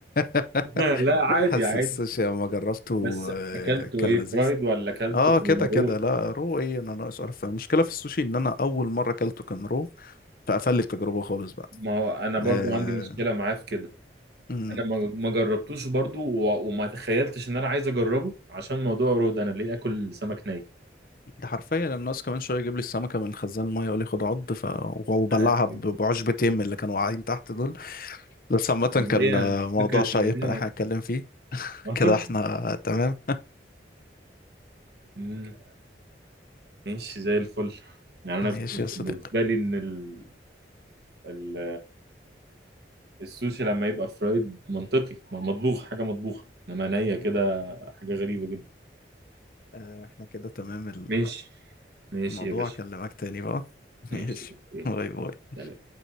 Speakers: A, on the left; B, on the right.
A: <laughs>
B: <laughs> لا عادي
A: حاسس
B: عادي
A: السوشي لما جربته
B: بس
A: آه،
B: اكلته
A: كان
B: ايه
A: لذيذ
B: فرايد ولا اكلته
A: اه كده كده
B: رو
A: لا رو ايه انا ناقص اعرف المشكله في السوشي ان انا اول مره اكلته كان رو فقفل لي التجربه خالص بقى
B: ما هو انا برضو
A: آه
B: عندي مشكله معاه في كده
A: أمم.
B: انا ما ما جربتوش برضو و- وما تخيلتش ان انا عايز اجربه عشان موضوع رود انا ليه اكل سمك ني
A: ده حرفيا الناس كمان شويه يجيب لي السمكه من الخزان الميه يقول لي خد عض ف... وبلعها
B: أنا
A: ب-
B: كده.
A: بعشبتين من اللي كانوا واقعين تحت دول بس عامه كان
B: إن هي
A: آه، موضوع
B: فكره
A: شيق
B: ان هي
A: اللي احنا هنتكلم فيه
B: <laughs>
A: كده احنا تمام
B: مم. ماشي زي الفل يعني انا
A: ماشي يا صديقي
B: بالنسبه لي ان ال... ال... السوشي لما يبقى فرايد منطقي ما مطبوخ حاجه مطبوخه انما نيه
A: ايوه
B: كده حاجه غريبه جدا
A: آه، احنا كده تمام
B: ماشي ماشي
A: الموضوع
B: يا باشا
A: اكلمك تاني بقى <laughs>
B: ماشي
A: ماشي
B: اوكي
A: باي باي
B: سلام